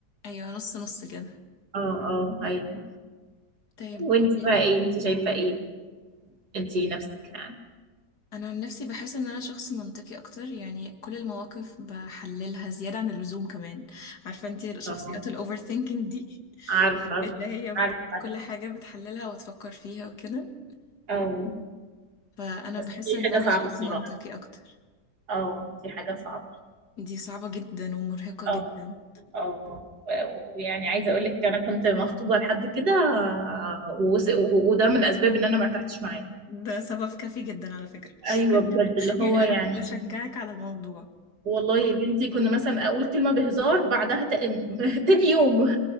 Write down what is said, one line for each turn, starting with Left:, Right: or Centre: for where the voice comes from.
Left: ايوه نص نص كده
Right: اه اه ايوه
Left: طيب
Right: وانت
Left: قوليلي
Right: بقى ايه انت شايفه ايه انت نفسك يعني
Left: انا عن نفسي بحس ان انا شخص منطقي اكتر يعني كل المواقف بحللها زياده عن اللزوم كمان عارفه انت الشخصيات
Right: اه
Left: الاوفر ثينكينج دي
Right: عارفة
Left: اللي هي بت-
Right: عارفة
Left: كل حاجه بتحللها وتفكر فيها وكده
Right: اه
Left: فانا
Right: بس
Left: بحس
Right: دي
Left: ان
Right: حاجة
Left: انا
Right: صعبة
Left: شخص
Right: بصراحة
Left: منطقي اكتر
Right: اه دي حاجة صعبة
Left: دي صعبه جدا ومرهقه
Right: اه
Left: جدا
Right: اه و- ويعني عايزة اقول لك انا كنت مخطوبة لحد كده وس- و- وده من اسباب ان انا ما ارتحتش معاه
Left: ده سبب كافي جدا على فكره
Right: ايوه بجد
Left: <laughs>
Right: اللي
Left: يعني
Right: هو يعني
Left: انا بشجعك على الموضوع
Right: والله يا بنتي كنا مثلا اقول كلمة بهزار بعدها ت- <laughs> تاني يوم